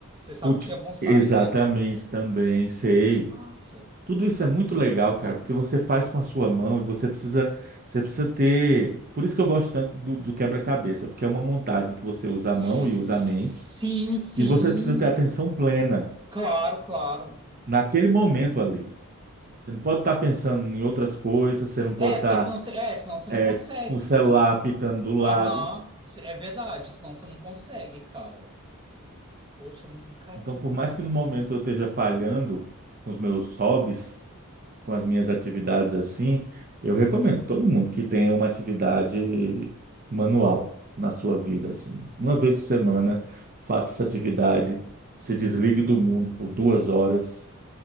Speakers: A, on the right; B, on the right.
A: sabe
B: Culti-
A: o que é bonsai,
B: Exatamente,
A: né?
B: também, sei.
A: Que massa.
B: Tudo isso é muito legal, cara, porque você faz com a sua mão e você precisa, você precisa ter. Por isso que eu gosto tanto do, do quebra-cabeça, porque é uma montagem que você usa a mão
A: Sim,
B: e usa a mente,
A: sim.
B: e você precisa ter atenção plena
A: Claro, claro.
B: naquele momento ali. Você não pode estar pensando em outras coisas, você não pode
A: É, porque
B: estar
A: senão você, é, senão você
B: é,
A: não consegue,
B: com o celular
A: senão...
B: apitando do lado.
A: Aham, cê- é verdade, senão você não consegue, cara. Poxa, mu- cara,
B: Então,
A: que
B: por
A: interessante.
B: mais que no momento eu esteja falhando com os meus hobbies, com as minhas atividades assim, eu recomendo todo mundo que tenha uma atividade manual na sua vida, assim. Uma vez por semana, faça essa atividade, se desligue do mundo por duas horas